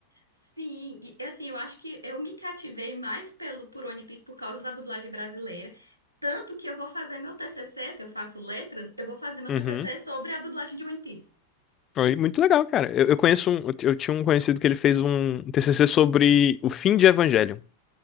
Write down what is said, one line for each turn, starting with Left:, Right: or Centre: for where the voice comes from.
Right: Sim, e assim, eu acho que eu me cativei mais pelo por One Piece por causa da dublagem brasileira. Tanto que eu vou fazer meu TCC, que eu faço letras, eu vou fazer meu
Left: Uhum.
Right: TCC sobre a dublagem de One Piece.
Left: Foi muito legal, cara. Eu, eu conheço um, eu, eu tinha um conhecido que ele fez um TCC sobre o fim de Evangelion.